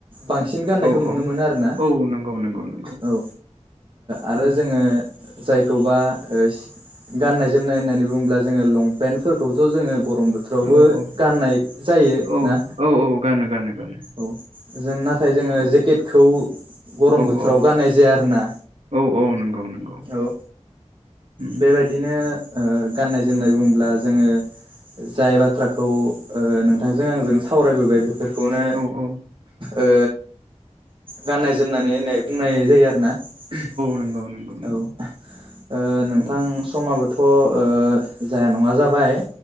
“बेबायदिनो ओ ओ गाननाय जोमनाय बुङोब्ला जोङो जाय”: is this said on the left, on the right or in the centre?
Right